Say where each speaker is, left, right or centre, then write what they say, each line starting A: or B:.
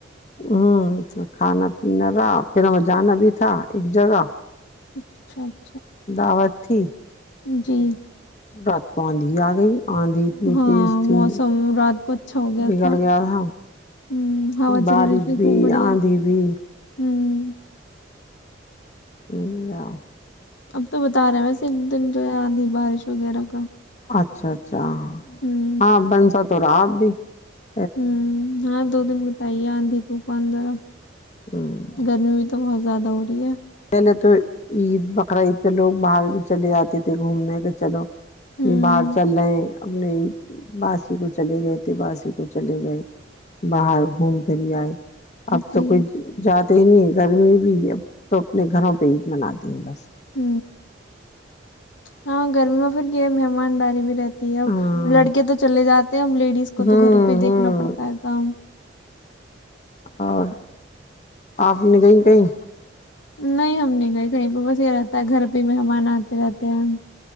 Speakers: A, on the left; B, on the left.
A: ہ کھانا پینا رہا پھر ہمیں جانا بھی تھا ایک جگہ
B: اچھاچ
A: دعوت پھی
B: جی <inaudible>
A: برات کوآاند ہی آ گئی <unintelligible> اتنی
B: ہاں
A: تیز تھی
B: موسم رات کو اچھا ہو گیا
A: بگڑ
B: تھا
A: تھا
B: ہ ہوا
A: بارش
B: چل رہی تھی
A: بھی
B: خوب بڑھیا
A: آندھی بھی
B: ہوں <unintelligible>
A: ا <inaudible>
B: اب تو بتا رہے ہیں ویسے ایک دن جو ہے آیادھی بارش وغیرہ کا
A: اچھا اچا <inaudible> اچھا
B: ہوں
A: ہاں بنس تووراپ <unintelligible> <inaudible>
B: ہوں ہاں دو دن بتائیے آندھی تو <inaudible>
A: پہلے
B: گرمی بھی تو بہت <inaudible>
A: پہلے تو عید بقرعید پہ لوگ باہر بھی چلے جاتتے تھے گھومنے کے چلو
B: ہوں
A: باہر چل رہے اپنے باسی کو چلے گئے تھے باسی کو چلے گئے باہر گھوم پھر آئے اب
B: جی
A: تو کوئی جات نہیں گرمی بھی ہے ا تو اپنے گھروں پہ عید مناتی ہیں بس
B: ہ ہاں گرمی میں پھر کیا مہمانداری بھی رہتی اب
A: ہاں
B: لڑکے تو چلے جاتے ہیں ا لیڈیز کو
A: ہوں
B: تو گھر پہ ہی
A: ہوں
B: دیکھنا پڑتا ہے کام
A: اور آپ نے کہیں کہیں
B: نہیں ہم نہیں گئی کہیں پہ بس یہ رہتا ہے گھر پہ مہمان آتے رہتے ہیں